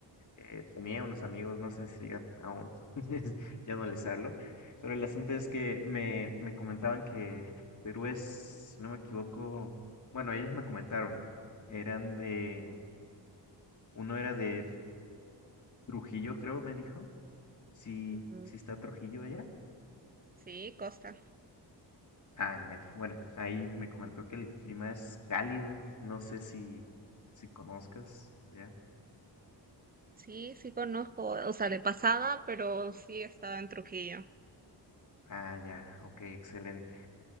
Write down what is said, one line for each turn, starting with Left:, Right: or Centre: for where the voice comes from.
Left: Eh, tenía unos amigos, no sé si sigan aún, <laughs> ya no les hablo, pero el asunto es que me, me comentaban que Perú es, si no me equivoco, bueno, ellos me comentaron, eran de, uno era de Trujillo, creo, me dijo, sí,
Right: Ujú.
Left: sí está Trujillo allá,
Right: Sí, Costa.
Left: ándale, bueno, ahí me comentó que el clima es cálido, no sé si, si conozcas allá.
Right: Sí, sí conozco, o sea, de pasada, pero sí estaba en Trujillo.
Left: Ah, ya, ok, excelente.